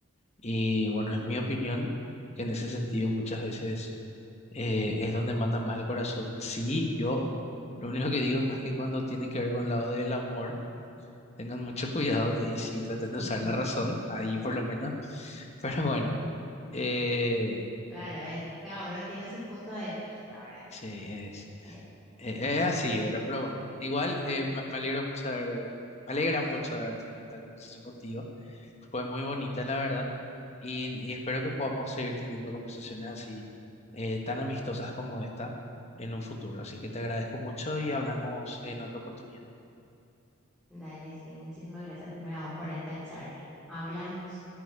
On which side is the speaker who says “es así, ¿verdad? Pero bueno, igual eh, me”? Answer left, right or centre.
Left